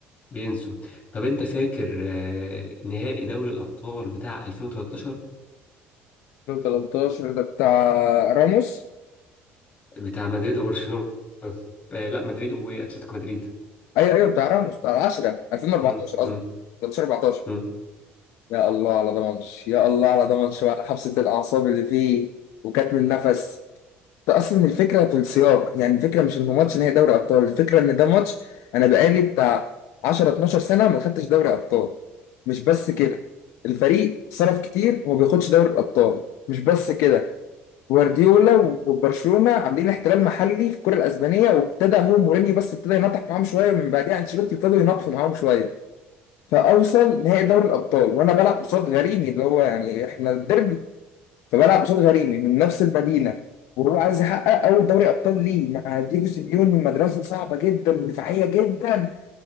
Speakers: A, on the left; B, on the left.
A: بينسوا طب أنت فاكر آه، نهائي دوري الأبطال بتاع 2013
B: 2013 ده بتاع راموس
A: بتاع مدريد وبرشلونة آه، لا مدريد وأتلتيكو مدريد
B: ايوه ايوه بتاع راموس بتاع 10 2014
A: مم،
B: قصدي
A: مم،
B: 13 14
A: مم.
B: يا الله على ده ماتش يا الله على ده ماتش وعلى حبسه الاعصاب اللي فيه وكاتم النفس ده اصلا الفكره في السياق يعني الفكره مش ان ماتش نهائي دوري ابطال الفكره ان ده ماتش انا بقالي بتاع 10 12 سنه ما خدتش دوري ابطال مش بس كده الفريق صرف كتير وما بياخدش دوري الابطال مش بس كده جوارديولا وبرشلونه عاملين احتلال محلي في الكره الاسبانيه وابتدى هو مورينيو بس ابتدى ينطح معاهم شويه ومن بعدها انشيلوتي ابتدوا ينطحوا معاهم شويه فاوصل نهائي دوري الابطال وانا بلعب قصاد غريمي اللي هو يعني احنا الديربي فبلعب قصاد غريمي من نفس المدينه وهو عايز يحقق اول دوري ابطال ليه مع ديجو سيميوني مدرسه صعبه جدا ودفاعيه جدا